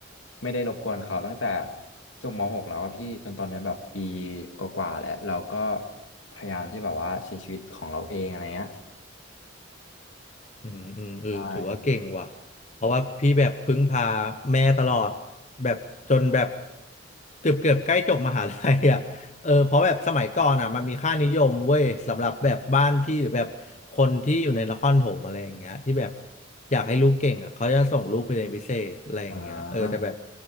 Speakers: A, on the left (about 85°); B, on the left (about 40°).
A: ไม่ได้รบกวนเขาตั้งแต่จบม .6 แล้วอะพี่จนตอนนี้แบบปีกว่าๆแล้วเราก็พยายามที่แบบว่าใช้ชีวิตของเราเองอะไรเงี้ย
B: อืมอืมเออถือว่าเก่งว่ะเพราะว่าพี่แบบพึ่งพา
A: ใช่
B: แม่ตลอดแบบจนแบบเกือบเกือบใกล้จบมหาลัยอ่ะเออเพราะแบบสมัยก่อนอ่ะมันมีค่านิยมเว้ยสำหรับแบบบ้านพี่หรือแบบคนที่อยู่ในนครปฐมอะไรอย่างเงี้ยที่แบบอยากให้ลูกเก่งอ่ะเขาจะส่งลูกไปเรียนพิเศษอะไรอย่างเงี้ยเออแต่แบบ
A: อ่า